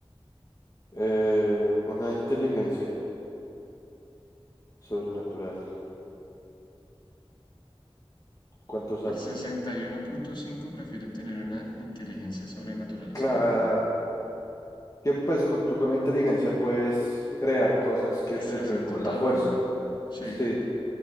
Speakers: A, on the left; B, on the left.
A: Eh, una inteligencia sobrenatural. ¿Cuánto sale?
B: El sesenta y uno punto cinco prefiere tener una inteligencia sobrenatural,
A: Claro,
B: sí, obvio.
A: que pues con, tú con la inteligencia puedes crear cosas que
B: Sacerdote
A: te ayuden con
B: todo.
A: la fuerza.
B: güey. Sí,
A: Sí,